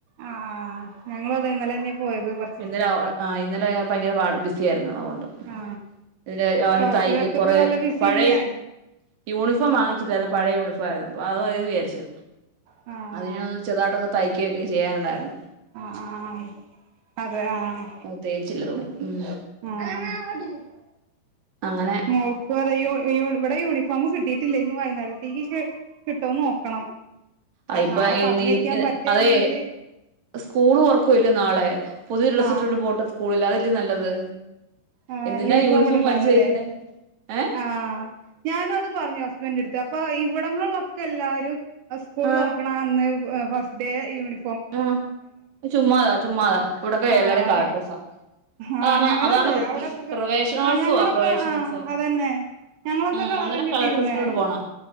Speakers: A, on the right; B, on the right.
A: ആഹ് ആഹ് ഞങ്ങളും അതെ ഇന്നലെ തന്നെ പോയത് പറ്
B: ഇന്നല ആഹ് ഇന്നലെ ഭയങ്കര വാട ബിസി ആയിരുന്ന് അതുകൊണ്ട്
A: ആ
B: ഇവിടെ ഒന്
A: ഷോപ്പിലൊക്കെ
B: തയ്ക്ക കൊറെ
A: ഇപ്പൊ നല്ല ബിസി
B: പഴയ
A: തന്നെയാ
B: യൂണിഫോം വാങ്ങിച്ചില്ലായിരുന്നു. പഴയ യൂണിഫോം ആയിരുന്നു അപ്പ അത് മതീന്ന് വിചരിച്ചു
A: ആ ആ
B: അതിന ചെറുതായിട്ട് ഒന്ന് തയ്ക്കയൊക്കെ ചെയ്യാനുണ്ടായിരുന്നു.
A: ആഹ് ആഹ് അതെ ആഹ്
B: അത് തേച്ചില്ല തുണി ഉം
A: ഉം
B: അങ്ങനെ
A: മോൾക്ക് വേറെ യൂണ് യൂണ് ഇവിടെ യൂണിഫോം കിട്ടിയിട്ടില്ല ഇന്ന് വൈന്നേരത്തേക്കിക്ക് കിട്ടോ നോക്കണം.
B: അയ്പ്പ
A: നാളെ
B: എന്നി
A: പറഞ്ഞയക്കാൻ
B: ഇത്
A: പറ്റുകയാണെങ്കില്
B: അതെ സ്കൂള് തൊറക്കുവല്ലേ നാളെ പുതിയ ഡ്രസ്സ്
A: ആഹ്
B: ഇട്ടോണ്ട് പോട്ടെ സ്കൂളില്ല് അതെല്ലേ നല്ലത്
A: ആഹ്
B: എന്തിനാ
A: യൂണിഫോം ഇടണ്ടാന്ന്ല്ലേ
B: വലിച്ചു കീറുന്നേ ഏ
A: ആഹ് ഞാനോത് പറഞ്ഞു ഹസ്ബന്റെട്ത്ത് അപ്പ ഇവിടന്ന്ള്ളൊക്കെ എല്ലാവരും സ്കൂൾ
B: ആഹ്
A: തൊറക്ക ക്ക്ണാ അന്ന് ഫസ്റ്റ് ഡേ യൂണി
B: ആഹ് ചുമ്മാതാ ചുമ്മാതാ ഇവിടെക്കെ
A: ആഹ്
B: എല്ലാരും കളർ ഡ്രസ്സാ.
A: ആഹ്
B: ആണോ
A: ഞങ്ങളതെ
B: അതാണ് വൃത്തി
A: അവിടൊക്കെ
B: പ്രവേശനോത്സവാ
A: ആഹ് ഞങ്ങളൊക്കെ
B: പ്രവേശനോത്സവം
A: ആഹ് അതന്നെ ഞങ്ങളൊക്കെ
B: ഉം
A: കളറന്നെ
B: അന്നരം കളർ
A: ഇട്ടിരുന്നേ
B: ഡ്രസ്സിട്ടോണ്ട് പോണം.